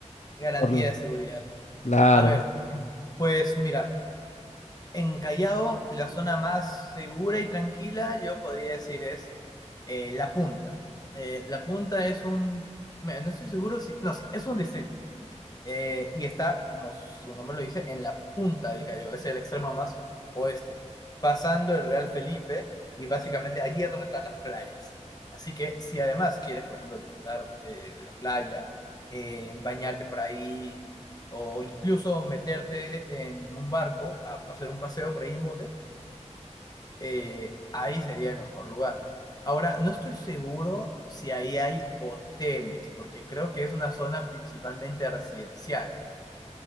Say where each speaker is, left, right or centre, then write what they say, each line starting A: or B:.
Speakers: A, on the left; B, on the left.
A: garantía
B: Por... l-
A: de seguridad.
B: Claro.
A: A ver, <clears throat> pues mira, en Callao la zona más segura y tranquila yo podría decir es eh, La Punta. Eh, la Punta es un, me- no estoy seguro si, no, sí, es un distrito. eh, y está, como su nombre lo dice, en la punta del Callao, es el extremo más oeste, pasando el Real Felipe y básicamente allí es donde están las playas. Así que si además quieres, por ejemplo, disfrutar eh, de la playa, eh, bañarte por ahí o incluso meterte en un barco a hacer un paseo por ahí en bote, eh, ahí sería el mejor lugar. Ahora, no estoy seguro si ahí hay hoteles, porque creo que es una zona principalmente residencial.